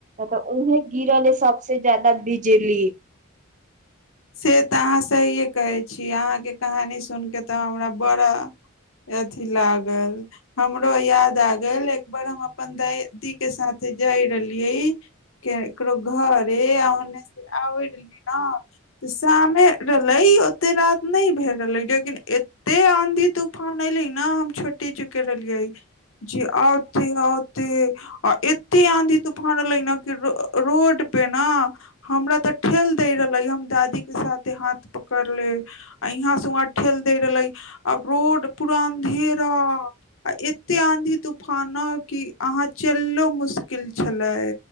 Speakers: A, on the right; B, on the left.
A: तऽ उहे गिरले सबस ज्यादा बिजली
B: से तऽ अहाँ सहिए कहै छीिय अहाँके कहानी सुनि कऽ तऽ हमरा बड़ा अथिी लागल हमरो याद आगल एकबार हम अपन ददीके साथे जाय रहलियै ककरो घरे आ ओन्नेसँ आबै रहलियै ने शामे रहले ओते रात नहि भेल रहले लेकिन एते आंधी तूफान एले न हम छुट्टी चुके रहलिये ज औते औते आ एते आंधी तूफान एले न कि रोड पे ने हमरा ते ठेल दे रहले हम दादी के साथे हाथ पकड़ ले आ यहाँ से उहाँ ठेल दे रहले आ रोड पुरान ढेर रात आ एत्ते आंधी तूफान की अहााँ चललो मुश्किल छले